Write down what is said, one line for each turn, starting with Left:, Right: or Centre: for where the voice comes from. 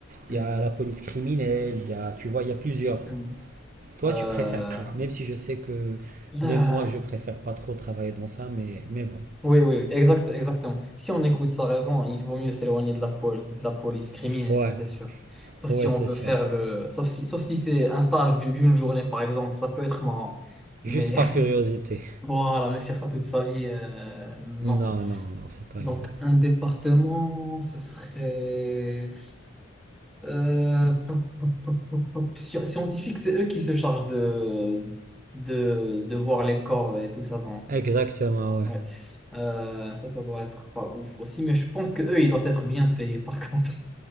Centre: hmm,
Right: il y a la police criminelle, il y a, tu vois, il y a plusieurs.
Centre: hmm.
Right: Toi,
Centre: Euh,
Right: tu préfères quoi Même si je sais que
Centre: là.
Right: même moi, je préfère pas trop travailler dans ça, mais, mais bon.
Centre: Oui, oui, oui, exact, exactement. Si on écoute sa raison, il vaut mieux s'éloigner de la, pol- de la police criminelle,
Right: Ouais,
Centre: ça c'est sûr. Sauf
Right: ouais,
Centre: si on
Right: c'est
Centre: veut
Right: sûr.
Centre: faire le... Sauf si, sauf si c'est un stage du- d'une journée, par exemple, ça peut être marrant.
Right: Juste
Centre: Mais
Right: par
Centre: <laughs>
Right: curiosité.
Centre: voilà, mais faire ça toute sa vie, euh, non.
Right: Non, non, non, c'est pas
Centre: Donc,
Right: évident.
Centre: un département, ce serait... euh, pop, pop, pop, pop, pop. Sci- Scientifique, c'est eux qui se chargent de, de, de voir les corps et tout ça
Right: Exactement, ouais.
Centre: Ouais. Euh, ça, ça doit être pas ouf aussi, mais je pense que eux, ils doivent être bien payés par <laughs> contre.